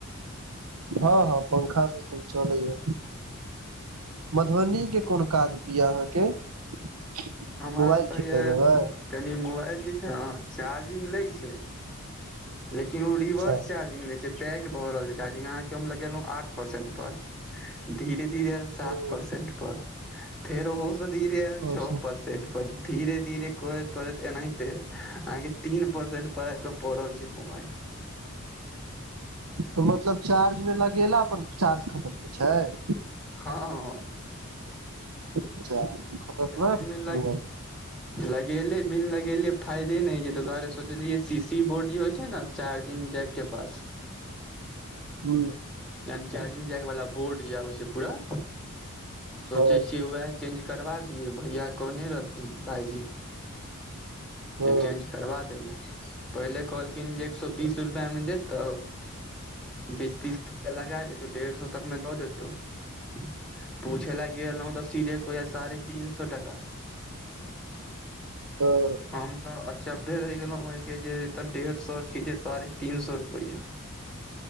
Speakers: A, on the right; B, in the centre.
A: हँ, हँ, पंखासँ तऽ चलै छै। मधुबनीके कोन काजपर अहाँके मोबाइल
B: हमरा तऽ
A: ठीक
B: ये
A: कऽ देतै?
B: कनि मोबाइल जे छै ने, चार्जिंग लै छै। लेकिन ओ रिभर्स
A: अच्छा
B: चार्जिंग लै छै, बैटरी घटि रहल छै। अहाँके हम लगेलहुँ, आठ प्रतिशत पर। धीरे धीरे सात
A: ओ
B: परसेंट पर। फेर ओहो सही
A: तऽ
B: छै परसेंट। पर धीरे धीरे करैत करैत एखन तीन परसेंटपर आबि गेल छै। ब
A: तऽ मतलब चार्जमे लगेलापर चार्ज बढ़बाक जगह घटैत छै।
B: हँ ह
A: अच्छा खतरनाक
B: चार्जमे
A: हूँ
B: लगेले, बिल लगेले फायदा नहि जे। ताहि दुआरे सोचलियै, सीसी बोर्ड जे होइ छै ने, चार्जिंग जैकक पास।
A: हू
B: यानी चार्जिंग जैकवाला बोर्ड जे आबै छै, पूरा ओकरे सोचै
A: हँ
B: छी अहाँ? चेंज करबा दियै, भैया कहने रहथिन भायजी,
A: हँ
B: जे चेंज। करबा देलहुँ, पहिले कहलखिन जे एक सए
A: हँ
B: बीस रुपैयामे देतौ। बीस तीस रुपैआ लगा लेत तऽ डेढ़ सए तकमे दऽ देतौ। पूछि लेल रहौ तऽ सीधे कहै साढ़े तीन सए टाका।
A: ह
B: हम तऽ चौंकऽ कऽ रहि गेलहुँ, जे ढेर सए सीधे साढ़े तीन सए रुपैआ,